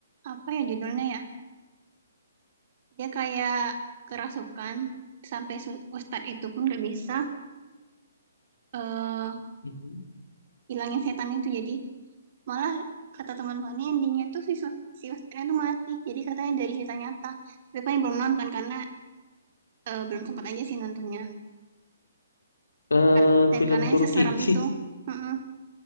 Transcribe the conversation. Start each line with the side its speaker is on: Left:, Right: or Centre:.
Right: Apa ya judulnya ya? Dia kayak kerasukan, sampai su- ustadz itu pun nggak bisa eh
Left: Mhm.
Right: hilangin setan itu. Jadi Malah kata teman Fani endingnya tuh si Sut- si Westernnya tuh mati. Jadi katanya dari cerita nyata. Tapi Fani belum nonton karena eh, belum sempat aja sih nontonnya.
Left: eh
Right: Kar- Dan
Left: film
Right: karena
Left: Turki
Right: yang seserem
Left: sih
Right: itu. Mm-mm.